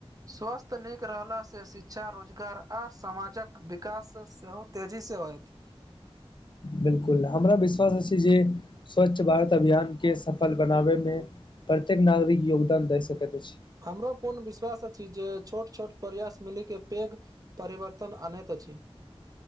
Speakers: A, on the right; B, on the left.
A: स्वास्थ्य नीक रहलासँ शिक्षा रोजगार आ समाजक विकास सेहो तेजी से होयत
B: बिल्कुल हमरा विश्वास अछि जे स्वच्छ भारत अभियान के सफल बनाबे मे प्रत्येक नागरिक योगदान दए सकैत अछि
A: हमरो पूर्ण विश्वास अछि जे छोट छोट प्रयास मिली के पैघ परिवर्तन अनैत अछि